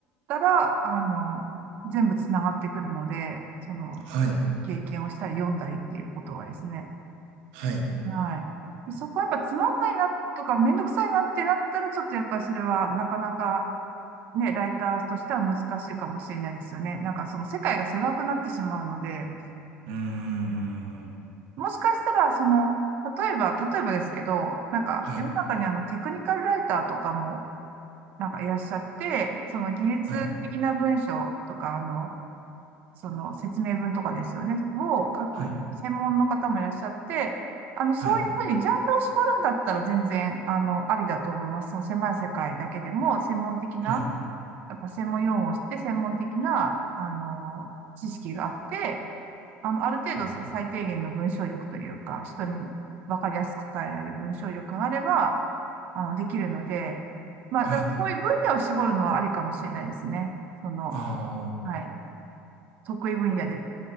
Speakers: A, on the right; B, on the right.
A: たら、あの、全部つながってくるので、その、
B: はい。
A: 経験をしたり読んだりっていうことはですね。
B: はい。
A: はい。でそこはやっぱつまんないなとかめんどくさいなってなったら、ちょっとやっぱりそれはなかなかね、ライターとしては難しいかもしれないですよね。なんかその世界が狭くなってしまうので、
B: うーん。
A: うんもしかしたらその、例えば、例えばですけど、なんか世の中にあのテクニカルライターとかも
B: はい。
A: なんかいらっしゃって、その技術的な文章とか、
B: はい。
A: あの、その説明文とかですよね、を書く専門の方もいらっしゃって、
B: はい
A: あの、そういうふうにジャンルを絞るんだったら全然、
B: はい。
A: あの、ありだと思います。その狭い世界だけでも、専門的な、
B: はい。
A: やっぱ専門用語を知って、専門的な、あの、知識があって、あの、ある程度そう最低限の文章力というか、
B: うん。
A: 人に分かりやすく伝えられる文章力があれば、あの、できるので、まあ、
B: はい。
A: だからそういう分野を絞るのはありかもしれないですね。その、
B: あ
A: はい。得意分野で